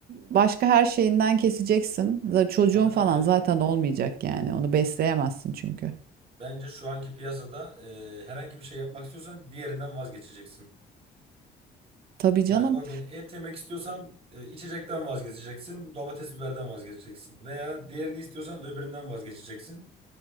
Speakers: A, on the right (about 65°); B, on the right (about 35°).
A: Başka her şeyinden keseceksin. Çocuğun
B: Tabii
A: falan
B: tabii.
A: zaten olmayacak yani. Onu besleyemezsin çünkü.
B: Bence şu anki piyasada e, herhangi bir şey yapmak istiyorsan diğerinden vazgeçeceksin.
A: Tabii canım.
B: Yani o gün et yemek istiyorsan e, içecekten vazgeçeceksin, domates biberden vazgeçeceksin veya diğerini istiyorsan öbüründen vazgeçeceksin.